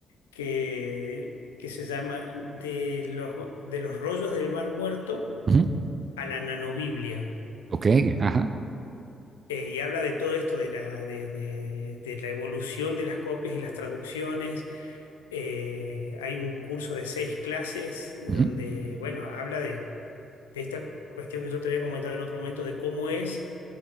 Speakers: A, on the left; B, on the right.
A: que, que se llama de los, de los rollos del Mar Muerto
B: ajá.
A: a la nanobiblia.
B: Ok, ajá.
A: Eh, y habla de todo esto, de la, de, de- de la evolución de las copias y las traducciones. Eh, hay un curso de seis clases donde,
B: Ajá,
A: bueno, habla de esta cuestión que yo te había comentado en otro momento, de cómo es